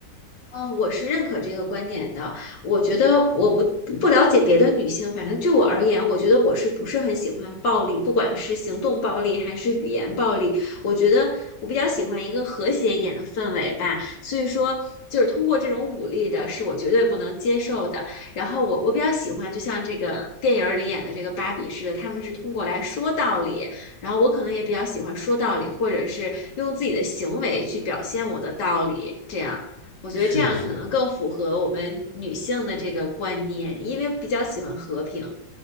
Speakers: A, on the left (about 70°); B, on the right (about 20°).
A: 嗯，我是认可这个观点的。我觉得我不不了解别的女性，反正就我而言，我觉得我是不是很喜欢暴力，不管是行动暴力还是语言暴力，我觉得我比较喜欢一个和谐一点的氛围吧。所以说，就是通过这种武力的，是我绝对不能接受的。然后我我比较喜欢，就像这个电影儿里演的这个芭比似的，他们是通过来说道理，然后我可能也比较喜欢说道理，或者是用自己的行为去表现我的道理，这样。我觉得这样可能更符合我们女性的这个观念，
B: 是的，是的，
A: 因为比较喜欢和平。